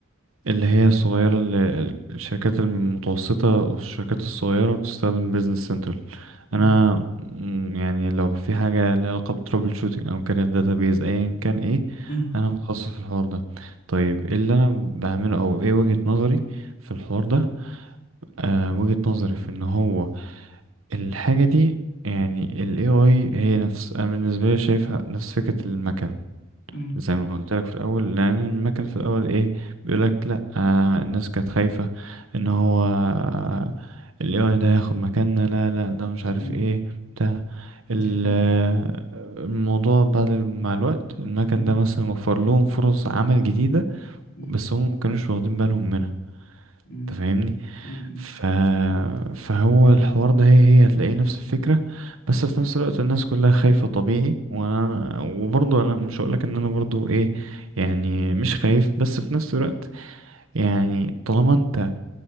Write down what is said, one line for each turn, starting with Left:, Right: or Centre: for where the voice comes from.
Right: اللي هي الصغيرة اللي الشركات المتوسطة والشركات الصغيرة بتستخدم Business Central
Left: مم.
Right: انا م، يعني لو في حاجة ليها علاقة بترابل شوتنج او كانت database ايا كان ايه
Left: مم.
Right: انا متخصص في الحوار ده طيب ايه اللي انا بعمله او ايه وجهة نظري في الحوار ده آه وجهة نظري في ان هو الحاجة دي يعني ال AI هي نفس أنا بالنسبة لي شايفها نفس فكرة المكن
Left: مم.
Right: زي ما قلت لك في الأول لأن المكن في الأول إيه بيقولك لأ آه الناس كانت خايفة إن هو آه ال AI ده هياخد مكاننا لا لا ده مش عارف
Left: مم.
Right: إيه بتاع
Left: دي
Right: ال-
Left: حقيقة
Right: آه، الموضوع بعد مع الوقت المكن
Left: مم.
Right: ده مثلا وفر لهم فرص عمل جديدة
Left: مم.
Right: بس هم مكانوش واخدين بالهم منها
Left: مم.
Right: تفهمني؟
Left: مم.
Right: ف... فهو الحوار ده هي هي هتلاقيه نفس الفكرة بس في نفس الوقت الناس كلها خايفة طبيعي وانا وبرضه انا مش هقولك ان انا برضه ايه يعني مش خايف بس في نفس الوقت يعني طالما انت